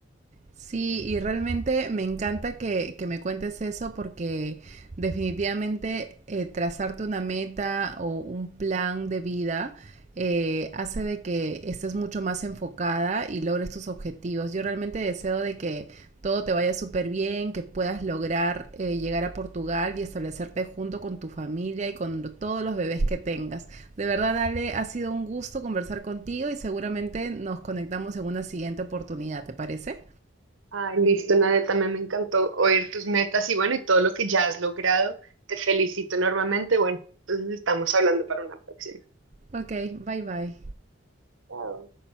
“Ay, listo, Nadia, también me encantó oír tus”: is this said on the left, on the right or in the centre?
Right